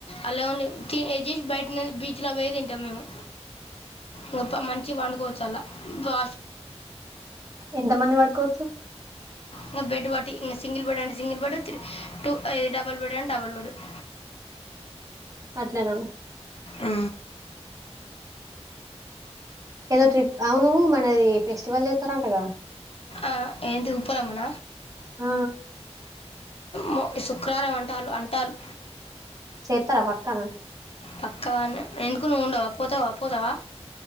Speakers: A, on the left; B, on the right.
A: అల్లేముంది కీ ఏసీ బయట్నే బీచ్ లో పోయి తిం టం మేము ఇంగ ప మంచిగ పండుకోవచ్చల్ల పా
B: ఎంత మంది పడుకోవచ్చు?
A: ఇంగ బెడ్ బట్టి ఇంగ సింగిల్ బెడ్డంటే సింగిల్ బెడ్ త్రి టూ ఈ డబల్ బెడ్డంటే డబల్ బెడ్. <inaudible>
B: అట్లేనని
A: ఆ
B: ఏదో ట్రిప్ అవును మనది ఫెస్టివల్ చేస్తారంటగా
A: ఆ ఏన్దుప్ప రమణ
B: ఆ,
A: మో శుక్రరారం అంటాల్లు అంటాలు
B: చేతారా పక్కనా
A: పక్కానే ఎందుకు నువ్వుండవా పోతావా పోతావా